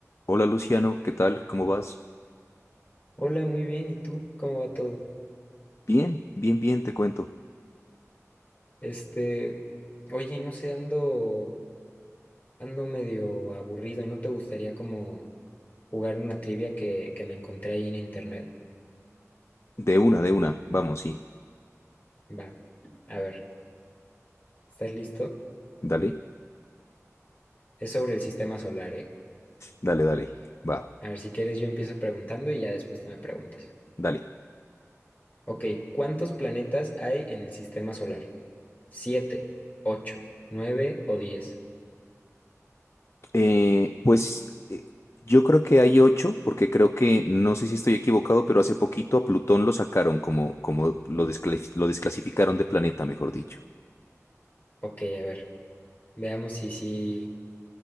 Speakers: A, on the left; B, on the left.
A: Hola Luciano, ¿qué tal? ¿Cómo vas?
B: Hola, muy bien. ¿Y tú? ¿Cómo va todo?
A: Bien, bien, bien, te cuento.
B: Este, oye, no sé, ando, ando medio aburrido. ¿No te gustaría como jugar una trivia que, que me encontré ahí en internet?
A: De una, de una, vamos, sí.
B: Va, a ver, ¿estás listo?
A: Dale,
B: Es sobre el sistema solar, ¿eh?
A: dale, dale, va,
B: A ver, si quieres yo empiezo preguntando y ya después tú me preguntas.
A: dale.
B: Ok, ¿cuántos planetas hay en el sistema solar? ¿Siete, ocho, nueve o diez?
A: Eh, pues eh, yo creo que hay ocho, porque creo que, no sé si estoy equivocado, pero hace poquito a Plutón lo sacaron como, como lo desclasi- lo desclasificaron de planeta, mejor dicho.
B: Ok, a ver, veamos si sí